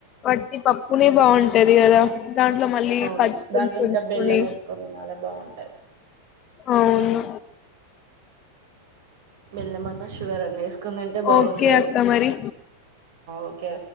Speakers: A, on the left (about 40°); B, on the right (about 65°).
A: వట్టి పప్పునే బాగుంటది కదా దాంట్లో మళ్ళీ
B: అవును
A: పచ్చిపులుసు
B: దాంట్లో
A: వంచుకుని
B: ఇంకా బెల్లం వేసుకొని తినాలి బాగుంటది
A: అవును
B: బెల్లమన్న షుగరన్నా వేసు కుందంటే బాగుంటుంది
A: ఓకే అక్క మరి
B: ఓకే